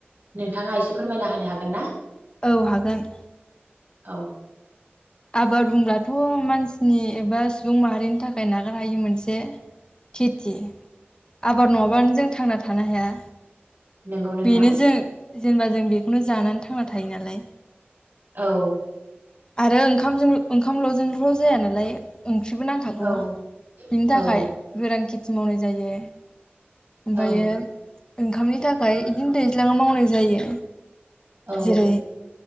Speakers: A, on the right (about 55°); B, on the left (about 20°).
A: नोंथाङा एसे फोरमायना होनो हागोन ना?
B: औ हागोन।
A: औ
B: आबाद बुंब्लाथ' मानसिनि एबा सुबुं माहारिनि थाखाय नागारहायि मोनसे खेथि। आबाद नङाबानो जों थांना थानो हाया।
A: नोंगौ नोंथां।
B: बेनो जों जेनेबा जों बेखौनो जानानै थांना थायो नालाय।
A: औ
B: आरो ओं खामजों ओंखामल'जोंल' जाया नालाय ओंख्रिबो नांखागौ
A: औ
B: बिनि थाखाय
A: औ
B: गोरान खिथ थि मावनाय जायो। ओमफायो
A: औ
B: ओंखामनि थाखाय इदिनो दैज्लाङाव मावनाय जायो।
A: औ
B: जेरै